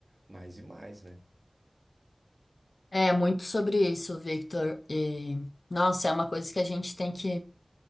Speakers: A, on the right; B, on the left.
A: mais e mais, né?
B: É muito sobre isso, Victor. E, nossa, é uma coisa que a gente tem que